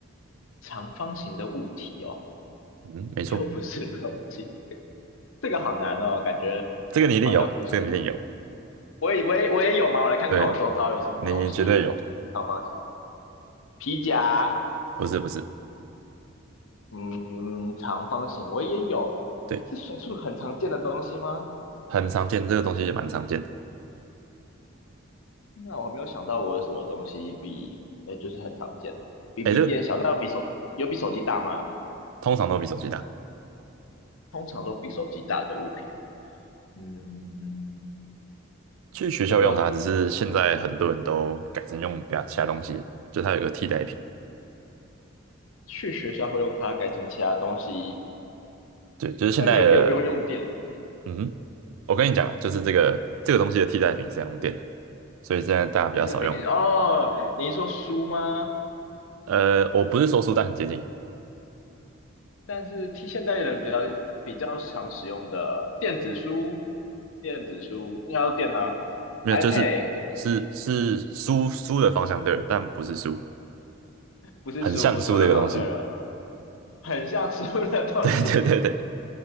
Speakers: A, on the left; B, on the right.
A: 长方形的物体哦，
B: 嗯，
A: <laughs>
B: 没错。
A: 又不是肉体，这个好难哦，感觉
B: 这个你一定有，
A: 好像不是，
B: 这个你一定有，
A: 我也我也我也有吗？我来看看我周遭有什么东西，
B: 对，你绝对有，
A: 长方形皮夹，
B: 不是不是，
A: 嗯，长方形我也有，
B: 对，
A: 是随处很常见的东西吗？
B: 很常见，这个东西也蛮常见的，
A: 天哪，我还没有想到我有什么东西比，呃，就是很常见，比笔电小，
B: 哎，这个
A: 那有比手有比手机大吗？
B: 通常都比手机大。
A: 通常都比手机大的物品，嗯嗯，嗯
B: 去学校用它，
A: 这个
B: 只是现在很多人都改成用比他其他东西，就它有个替代品，
A: 去学校会用它改成其他东西，
B: 对，就是现在的，
A: 但又又不用用电，
B: 嗯哼，我跟你讲啊，就是这个这个东西的替代品是要用电的，所以现在大家比较少用，
A: 替代品哦。你一说书吗？
B: 呃，我不是说书，但很接近，
A: 但是替现代人比较比较常使用的电子书，电子书要电脑，iPad
B: 没有，就是是是书书的方向对了，但不是书，
A: 不是书，
B: 很像书的一个东西，
A: 书的方对了，很像书的东西。
B: <laughs> 对对对对。